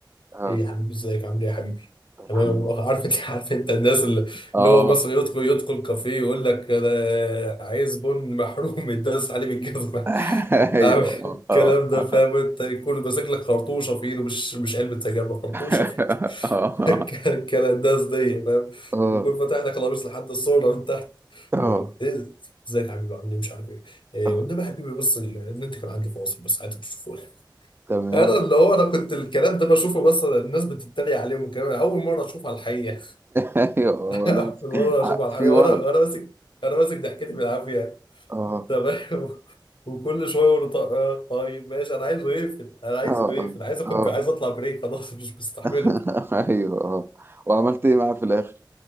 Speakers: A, on the right; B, on the left.
A: اه
B: ايه يا حبيبي ازيك عامل ايه يا حبيبي
A: الحمد
B: تمام
A: لله
B: <laughs> عارف انت عارف انت الناس اللي,
A: اه
B: اللي هو مثلا يدخل يدخل كافيه يقول لك انا عايز بن محروم يداس عليه بالجزمه
A: <laughs>
B: <laughs>
A: ايوه
B: عارف الكلام
A: اه
B: ده
A: اه
B: فاهم
A: <laughs>
B: انت يكون ماسك لك خرطوشه في ايده مش مش علبه سجاير خرطوشه
A: اه
B: <laughs> الكلنداز دي فاهم
A: اه
B: يكون فاتح لك القميص لحد الصورة من تحت
A: اه
B: يقول لك ايه ازيك يا حبيبي عامل ايه مش عارف ايه إيه،
A: آه.
B: وانما يا حبيبي بس ال- النت كان عندي فاصل بس عادي بتشوفوه <laughs>
A: تمام
B: انا
A: <laughs>
B: اللي هو انا كنت الكلام ده بشوفه بس الناس بتتريق عليهم الكلام ده. اول مره اشوفه على الحقيقه
A: ايوه
B: <laughs>
A: آه، لا في
B: اول مره اشوفه على
A: في
B: الحقيقه
A: وهم
B: وانا وانا ماسك انا ماسك ضحكتي بالعافيه
A: اه
B: تمام <laughs> وكل شويه اقول له طيب آه، طيب، ماشي انا عايزه يقفل انا عايزه
A: اه
B: يقفل
A: اه
B: عايز اخد
A: اه
B: عايز اطلع بريك خلاص مش مستحمله
A: <laughs> ايوه اه وعملت ايه معاه في الاخر